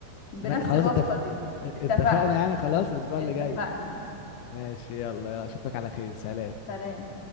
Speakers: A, on the left; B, on the left.
A: بنفس
B: ما... خلاص
A: الوصفة
B: اتفق...
A: دي
B: اتفقنا
A: اتفقنا
B: يعني خلاص الاسبوع
A: اتفقنا
B: اللي جاي ماشي يلا يلا، اشوفك على خير سلام
A: سلام